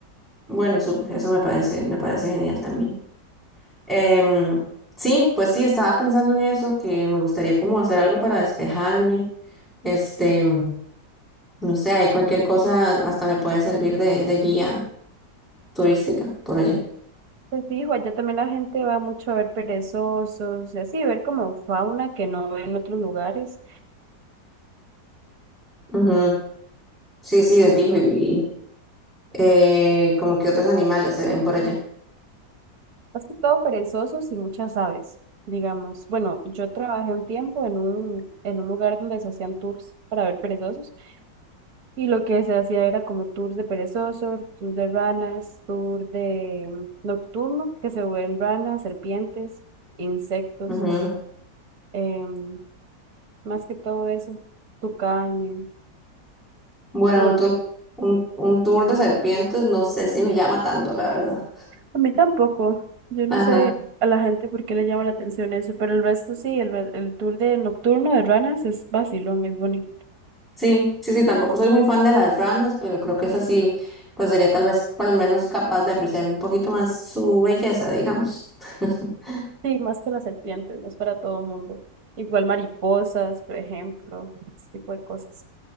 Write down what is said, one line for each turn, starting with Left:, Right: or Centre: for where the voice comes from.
Centre: Bueno, súper, eso me parece, me parece genial también. Em, sí, pues sí, estaba pensando en eso, que me gustaría como hacer algo para despejarme. Este, no sé, hay cualquier cosa, hasta me puede servir de, de guía turística por allá.
Right: Pues sí, hijo, allá también la gente va mucho a ver perezosos, y así, ver como fauna que no ve en otros lugares.
Centre: Ujú, Sí, sí, de
Right: montón.
Centre: fijo, y, y, eh, como que otros animales se ven por allá.
Right: Más que todo perezosos y muchas aves, digamos. Bueno, yo trabajé un tiempo en un, en un lugar donde se hacían tours para ver perezosos y lo que se hacía era como tours de perezosos, tours de ranas, tour de mm, nocturno, que se ven ranas, serpientes, insectos,
Centre: Ujú.
Right: em, más que todo eso, tucanes,
Centre: Bueno,
Right: como
Centre: un,
Right: lo
Centre: tu-
Right: que...
Centre: un, un tour de serpientes, no sé si me llama tanto, la verdad.
Right: A mí tampoco. Yo
Centre: Ajá.
Right: no sé a la gente por qué le llama la atención eso, pero el resto sí, el, re- el tour de nocturno de ranas es vacilón, es bonito.
Centre: Sí, sí, sí, tampoco soy muy fan de las ranas, pero creo que esa sí, pues sería tal vez por lo menos capaz de apreciar un poquito más su belleza, digamos. <laughs>
Right: Sí, más que las serpientes, no es para todo mundo. Igual mariposas, por ejemplo, ese tipo de cosas.